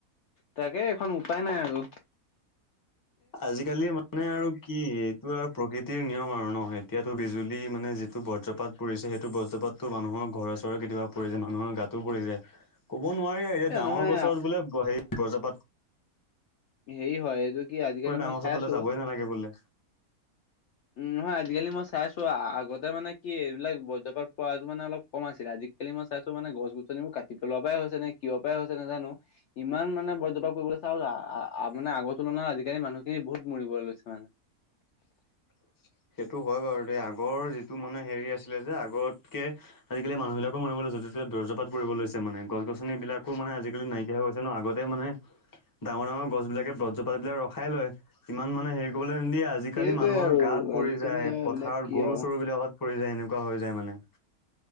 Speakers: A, on the left; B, on the left.
A: তাকে এখন উপায় নাই আৰু।
B: আজিকালি মানে আৰু কি এইটো আৰু প্ৰকৃতিৰ নিয়ম আৰু ন <unintelligible> এতিয়াতো বিজুলী মানে যিটো বজ্ৰপাত পৰিছে সেইটো বজ্ৰপাতো মানুহ ঘৰে চৰে কেতিয়াবা পৰি যায় মানুহৰ গাত। পৰি যায়। ক'ব নোৱাৰি এই যে
A: এ
B: ডাঙৰ
A: নহয়
B: গছৰ বোলে হেই গজপাত
A: সেই হয় এইটো কি আজি আজিকালি
B: ডাঙৰ
A: মই
B: গছৰ
A: চাই
B: তলে
A: আছো
B: যাবই নালাগে বোলে।
A: উম নহয় আজিকালি মই চাই আছো। আগতে মানে কি এইবিলাক বজপাত পোৱা যটো মানে অলপ কম আছিলে আজিকালি মই চাইছো মানে গছ গছনি মোৰ কাটি পেলোৱা পৰাই হৈছে। ন কিয় পৰাই হৈছে নাজানো? ইমান মানে ব্ৰজপাত পৰিবলে চাওঁ মানে আগৰ তুলনাৰ আজিকালি মানুহ মানুহখিনি বহুত মৰিব লৈছে মানে।
B: <unintelligible> সেইটো হয় বাৰু দ আগৰ যিটো মানে হেৰি আছিলে যে আগতকে আজিকালি মানুহ বিলাকো মনিব লাগ য ততে বৰ্জপাত কৰিব লৈছে মানে গছ গছনি বিলাকো মানে আজিকালি নাইকিয়া হৈ গৈছে ন আগতে মানে ডাঙৰ ডাঙৰ গছ বিলাকে ব্ৰজপাতিবিলাক ৰখাই লয় ইমান মানে হেৰি কৰিবলৈ নিদিয়ে আজিকালি
A: সেইটোৱে
B: মানুহৰ
A: আৰু
B: গাত পৰি
A: আজিকালি
B: যায়
A: আৰু
B: পথাৰত
A: এইবিলাক কি
B: গৰু
A: আৰু।
B: চৰু বিলাকত পৰি যায় এনেকুৱা হৈ যায় মানে।